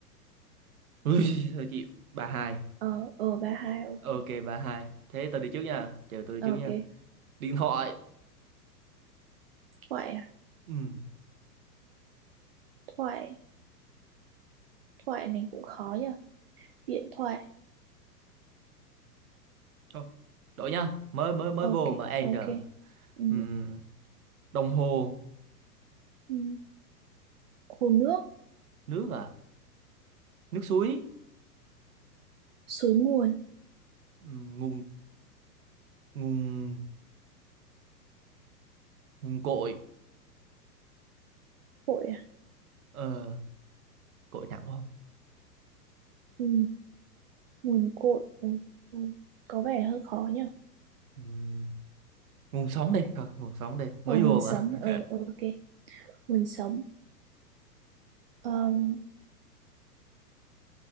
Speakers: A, on the right (about 60°); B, on the right (about 40°).
A: ui <laughs> thôi chịu ba hai
B: ờ ờ ba hai ok
A: ok ba hai thế tôi đi trước nha chờ tôi đi
B: Ờ,
A: trước nha
B: ok
A: điện thoại
B: thoại à
A: Ừm,
B: thoại thoại này cũng khó nha điện thoại
A: thôi đổi nhá mới mới mới vô
B: ok
A: mà end
B: ok
A: rồi
B: ừ,
A: Ừm, đồng hồ
B: ừ. hồ nước
A: nước à nước suối
B: suối nguồn
A: Ừm, nguồn nguồn nguồn cội
B: cội à
A: ờ cội nặng quá không
B: ừ. nguồn cội ừ, ừ. có vẻ hơi khó nha
A: Ừm, nguồn sống đi thôi nguồn sống đi mới
B: ờ nguồn
A: vô
B: sống
A: mà
B: ờ ờ, ok nguồn sống Ờm,